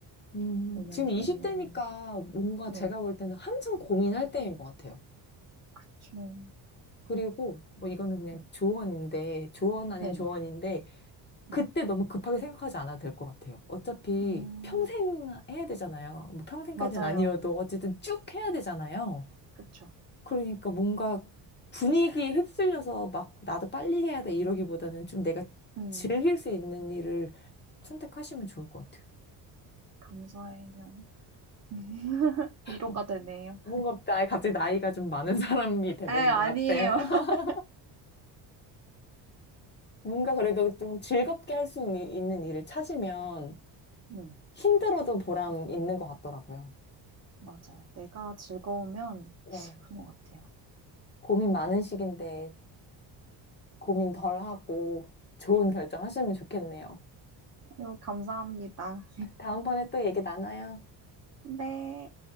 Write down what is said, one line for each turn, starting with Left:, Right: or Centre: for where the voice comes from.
Left: 음,
Right: 5년
Left: 지금
Right: 뒤에는,
Left: 20대니까 뭔가
Right: 네,
Left: 제가 볼 때는 한참 고민할 때인 것 같아요.
Right: 그쵸.
Left: 그리고 뭐 이거는 그냥
Right: 네,
Left: 조언인데, 조언 아닌
Right: 네네.
Left: 조언인데,
Right: 네.
Left: 그때 너무 급하게 생각하지 않아도 될 것 같아요. 어차피
Right: 음,
Left: 평생 해야 되잖아요. 뭐 평생까지는
Right: 맞아요.
Left: 아니어도 어쨌든 쭉 해야 되잖아요.
Right: 그쵸.
Left: 그러니까 뭔가 분위기에 휩쓸려서 막 나도 빨리 해야 돼 이러기보다는 좀 내가
Right: 음,
Left: 즐길 수 있는 일을 선택하시면 좋을 것 같아요.
Right: 감사해요. <laughs> 위로가
Left: 음,
Right: 되네요.
Left: 뭔가 나이 갑자기 나이가 좀 많은 사람이 돼버린
Right: 에, 아니에요.
Left: 것 같아요. <laughs>
Right: <laughs>
Left: 뭔가 그래도 좀 즐겁게 할 수 있는 일을 찾으면
Right: 네,
Left: 힘들어도 보람 있는 것 같더라고요.
Right: 맞아요. 내가 즐거우면
Left: 네.
Right: 그런 것 같아요.
Left: 고민 많은 시기인데 고민 덜 하고 좋은 결정 하시면 좋겠네요.
Right: 아유, 감사합니다.
Left: 다음번에 또 얘기 나눠요.
Right: 네.